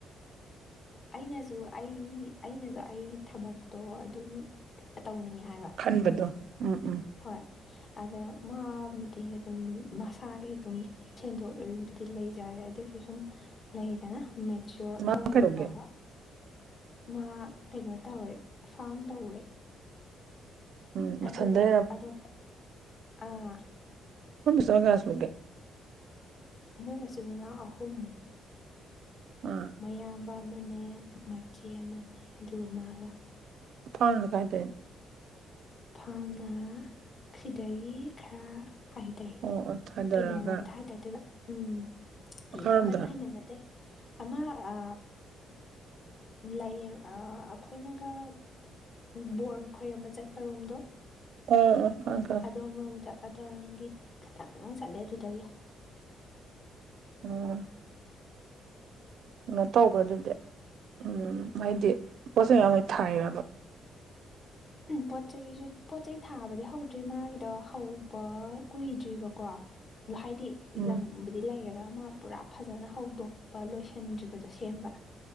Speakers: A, on the left; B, on the right.
A: ꯑꯩꯅꯁꯨ ꯑꯩ ꯑꯩꯅꯁꯨ ꯑꯩ ꯊꯕꯛꯇꯣ ꯑꯗꯨ ꯇꯧꯅꯤꯡꯉꯦ ꯍꯥꯏꯕ
B: ꯈꯟꯕꯗꯣ ꯎꯝ ꯎꯝ
A: ꯍꯣꯏ ꯑꯗ ꯃꯥꯕꯨꯗꯤ ꯑꯗꯨꯝ ꯃꯁꯥꯒꯤ ꯑꯗꯨꯝ ꯁꯦꯟꯗꯣꯛ ꯂꯝꯕꯤꯕꯨꯗꯤ ꯂꯩꯖꯔꯦ ꯑꯗꯨꯑꯣꯏꯁꯨ ꯁꯨꯝ ꯂꯩꯗꯅ ꯃꯦꯆꯆꫭꯔ
B: ꯃꯥ
A: ꯑꯣꯏꯕ
B: ꯀꯩꯗꯧꯒꯦ
A: ꯐꯥꯎꯕ ꯃꯥ ꯀꯩꯅꯣ ꯇꯧꯔꯦ ꯐꯥꯝ ꯇꯧꯔꯦ
B: ꯎꯝ ꯃꯊꯟꯗ
A: ꯑꯗꯨꯒ ꯑꯇꯣꯄ ꯑꯥ
B: ꯍ ꯁꯣꯒꯥꯁꯦ
A: ꯃꯣꯏ ꯃꯆꯤꯟ ꯃꯅꯥ ꯑꯍꯨꯝ
B: ꯎꯝ
A: ꯃꯌꯥꯝꯕ ꯑꯃꯅꯦ ꯃꯆꯦ ꯑꯃꯅꯦ ꯑꯗꯨꯒ ꯃꯥꯒ
B: ꯐꯥꯎꯅ ꯀꯥꯏꯗꯣꯏꯅꯤ
A: ꯐꯥꯝꯅ ꯁꯤꯗꯒꯤ ꯈꯔ ꯍꯥꯏꯊꯩ
B: ꯑꯣ ꯑꯣ ꯊꯥꯗꯔꯒ
A: ꯀꯩꯅꯣꯔꯣꯝꯗ ꯍꯥꯏꯇꯥꯗꯣꯏꯕ ꯎꯝ
B: ꯈꯥꯔꯣꯝꯗꯔ
A: ꯌꯥꯝ ꯀꯟꯅ ꯍꯥꯏꯅꯕ ꯑꯃ ꯑ
B: INAUDIBLE
A: ꯂꯩꯌꯦ ꯑꯩꯈꯣꯏꯅꯒ ꯕꯣꯔꯒ ꯈꯣꯏꯔꯝꯕ ꯆꯠꯄꯔꯣꯝꯗꯣ
B: ꯑꯣ ꯑꯣ ꯑꯣ
A: ꯑꯗꯣꯝ ꯔꯣꯝꯗ ꯑꯗꯧꯔꯒꯤ ꯈꯤꯇꯪ ꯆꯠꯂꯦ ꯑꯗꯨꯗꯒꯤ
B: ꯎꯝ ꯀꯩꯅꯣ ꯇꯧꯕ꯭ꯔ ꯑꯗꯨꯗꯤ ꯎꯝ ꯍꯥꯏꯗꯤ ꯄꯣꯠ ꯆꯩꯩ ꯃꯌꯥꯝ ꯂꯣꯏ ꯊꯥꯏꯕ INAUDIBLE
A: ꯄꯣꯠ ꯆꯩꯁꯨ ꯄꯣꯠ ꯆꯩꯩ ꯊꯥꯕꯗꯤ ꯍꯧꯗ꯭ꯔꯤ ꯃꯥꯒꯤꯗꯣ ꯍꯧꯕ ꯀꯨꯏꯗ꯭ꯔꯤꯕꯀꯣ ꯥꯍꯥꯏꯗꯤ
B: ꯎꯝ
A: ꯂꯝ ꯕꯨꯗꯤ ꯗꯤ ꯂꯩꯔꯒ ꯑꯃ ꯄꯨꯔꯥ ꯐꯖꯅ ꯍꯧꯗꯣꯛꯄ ꯂꯣꯏꯁꯤꯟꯗ꯭ꯔꯤꯕꯗꯣ ꯁꯦꯝꯕ